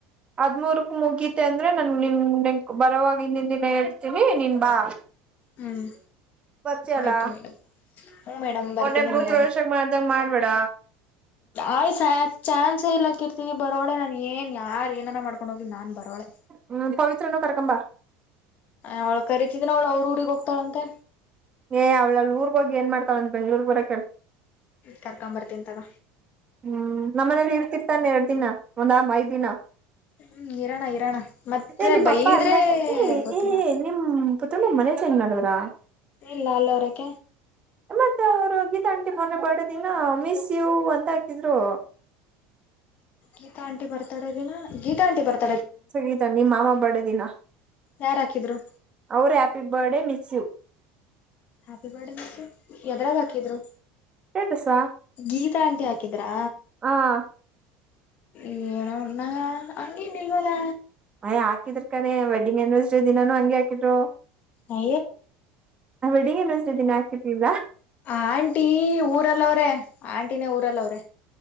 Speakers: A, on the right; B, on the left.
A: ಹದ್ಮೂರ್ಕ್ ಮುಗತೆ ಅಂದ್ರೆ ನನ್ ನಿನ್ನ್ ಬರವಾಗ ಹಿಂದಿನ ದಿನ ಹೇಳ್ತೀವಿ ನೀನ್ ಬಾ
B: ಹ್ಮ್
A: ಬರ್ತಿಯಲ್ಲ
B: ಆಯ್ತು ಮೇಡಂ ಹ್ಮ ಮೇಡಮ್ ಬರ್ತೀನಿ
A: ಮೊನ್ನೆ ಗೃಹಪ್ರವೇಶ
B: ಮೇಡಮ್
A: ಮಾಡ್ದಂಗ ಮಾಡ್ಬೇಡ
B: ಆಯ್ ಚಾನ್ಸ ಇಲಕ್ಕ ಇರ್ತವಿ ಬರೋಳೆ ನಾನನ್ ಏನ್ ಯಾರ್ ಏನ ಮಾಡ್ಕ ನಾನ್ ಬರೋಳೆ
A: ಹ್ಮ್ ಪವಿತ್ರನು ಕರಕಂಬ
B: ಅವ್ಳ ಕರೀತಿದನ ಅವ್ಳು ಅವ್ರ ಊಗ್ ಹೋಗ್ತಾಳಂತೆ
A: ಏ ಅವ್ಳಲ್ಲಿ ಊರ್ಗ ಹೋಗಿ ಏನ್ ಮಾಡ್ತಾವಂದ ಬೆಂಗೂಳೂರು ಬರೋಕೆ ಹೇಳು
B: ಕರ್ಕೊಂಬರ್ತೀನಿ ತಗ
A: ಹ್ಮ್ ನಮ್ಮ ಮನೇಲಿ ಇರ್ತಿರ್ತಾನೆ ಎರಡ್ ದಿನ ಒಂದ್ ಐದ್ ದಿನ
B: ಹ್ಮ್ ಇರೋಣ ಇರೋಣ ಮತ್ತೆ
A: ಏ ನಿ
B: ಬೈದ್ರೆ
A: ಪಾಪ ಅಲ್ಲ ಏ
B: ಗೊತ್ತಿಲ್ಲ
A: ಏ ನಿಮ ಪತ್ರ ಮಮ್ಮನೇ ಚೇಂಜ್ ಮಾಡಿದ್ರ
B: ಇಲ್ಲ ಅಲ್ಲೋರಕ
A: ಮತ್ತೆ ಅವ್ರು ಗೀತಾಂಟಿ ಮೊನ್ನ ಬಡದಿನ ಮಿಸ್ ಯು ಅಂತ ಇದ್ರೂ
B: ಗೀತಾಂಟಿ ಬರ್ತಾಡೋದಿನ ಗೀತಾ ಆಂಟಿ ಬರ್ತಾ
A: ಸಂಗೀತ ನಿಮ್ಮ್ ಮಾಮಾ ಬರ್ಡೇ ದಿನ
B: ಯಾರ್ ಹಾಕಿದ್ರು
A: ಅವ್ರ ಹ್ಯಾಪಿ ಬರ್ಡೇ ಮಿಸ್ ಸಿು
B: ಹ್ಯಾಪಿ ಬರ್ಡೇ ಮ ಎದರಾಗ ಹಾಕಿದ್ರು
A: ಸ್ಟೇಟಸಾ
B: ಗೀತಾ ಅಂಟಿ ಹಾಕಿದ್ರಾ
A: ಹಾ
B: ಏನೋಣ್ಣ ಹಂಗೇನ್ ಇಲ್ವಲ್ಲ
A: ಅಯ್ ಹಾಕಿದ್ರ ಕಾನೇ ವೆಡ್ಡಿಂಗ್ ಅನಿವರ್ಸರಿ ದಿನಾನೂ ಹಂಗೆ ಹಾಕಿದ್ರು
B: ಹ
A: ಬಗೇನುದ ದಿನ ಹಾಕತಿಲ್ಲ
B: ಆಂಟಿ ಊರಲ್ಲ ಅವ್ರೆ ಆಂಟಿನೇ ಊರಲ್ಲ ಅವ್ರೆ